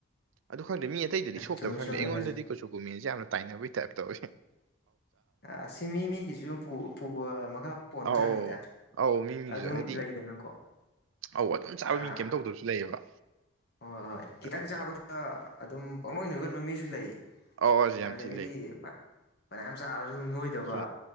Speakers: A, on the right; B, on the left.
A: ꯑꯗꯨ ꯈꯪꯗꯦ ꯃꯤ ꯑꯇꯩꯗꯗꯤ ꯁꯣꯛꯇꯕ
B: ꯆꯨꯝꯃꯦ
A: ꯈꯪꯗꯦ
B: ꯆꯨꯝꯃꯦ
A: ꯑꯩꯉꯣꯟꯗꯗꯤ
B: ꯑꯗꯨꯁꯨ
A: ꯀꯨꯆꯨ ꯀꯨꯃꯦꯟꯁꯦ ꯌꯥꯝꯅ ꯇꯥꯏꯅꯕꯒꯤ ꯇꯥꯏꯞ ꯇꯧꯋꯤ
B: ꯑꯁꯤ ꯃꯤ ꯃꯤꯒꯤꯁꯨ ꯃꯥ ꯄꯣꯟꯕꯖꯥꯅꯤꯗ
A: ꯑꯧ ꯑꯧ ꯃꯤ ꯃꯤꯒꯤꯁꯨ
B: ꯑꯗꯨꯝ
A: ꯍꯥꯏꯗꯤ
B: ꯂꯩꯗꯅꯀꯣ
A: ꯑꯧ ꯑꯗꯨꯝ ꯆꯥꯕ
B: ꯑꯥ
A: ꯃꯤ ꯀꯩꯝ ꯇꯧꯗꯕꯁꯨ ꯂꯩꯌꯦꯕ
B: ꯍꯣꯏ ꯍꯣꯏ ꯈꯤꯇꯪ
A: ꯑꯗ
B: ꯆꯥꯕꯗ ꯑꯗꯨꯝ ꯄꯛꯅꯣꯏ ꯅꯣꯏꯒꯟꯕ ꯃꯤꯁꯨ ꯂꯩ
A: ꯑꯧ ꯑꯁ ꯌꯥꯝ
B: ꯑꯗꯒꯤꯗꯤ
A: ꯊꯤ ꯂꯩ
B: ꯄꯥ ꯐꯅꯌꯥꯝ ꯆꯥꯔꯁꯨ ꯑꯗꯨꯝ ꯅꯣꯏꯗꯕ
A: ꯁꯨ